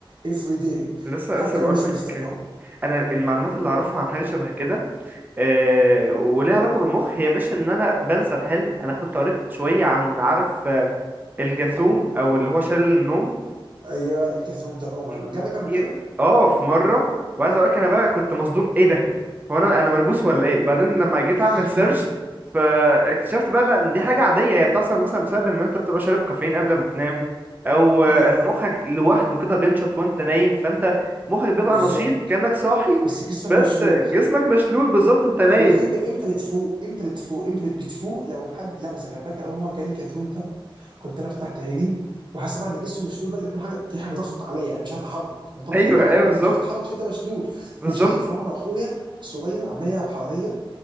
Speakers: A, on the right; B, on the right.
A: every day
B: لسه
A: حتى
B: لسه بقول
A: لو مش
B: لك
A: بيفتكروا
B: انا المعلومات اللي اعرفها عن حاجه شبه كده آه وليها علاقه بالمخ هي مش ان انا بنسى الحلم انا كنت قريت شويه عن عارف آه، الجاثوم او اللي هو شلل النوم
A: يا الجاثوم ده او ماي
B: دي-
A: جاد جالك قبل
B: دي-
A: كده
B: اه في مره وعايز اقول لك انا بقى كنت مصدوم ايه ده هو انا انا مربوس ولا ايه بعدين لما جيت اعمل
A: <laughs>
B: سيرش فاكتشفت بقى لا إن دي حاجه عاديه هي بتحصل مثلا بسبب ان انت بتبقى شارب كافيين قبل ما تنام او آه،
A: يا
B: ان مخك لوحده كده بينشط وانت نايم فانت مخك بيبقى
A: بالظبط
B: نشيط كانك صاحي
A: بس جسمك
B: بس
A: مشلول
B: جسمك مشلول بالظبط انت نايم
A: والفكره امتى بتفوق امتى بتفوق امتى بتفوق لو حد لمسك انا فاكر اول مره جالي كاثوم ده كنت انا فتحت عيني وحاسس طبعا ان جسمي مشلول بقى ان كل حاجه في حاجه ضغط عليا انا مش عارف اتحرك أنا طبعا
B: ايوه
A: انت طبعا
B: ايوه
A: انت
B: بالظبط
A: مش عارف تتحرك عشان انت مشلول
B: بالظبط
A: وشايف عمر اخويا الصغير عمال يلعب حواليا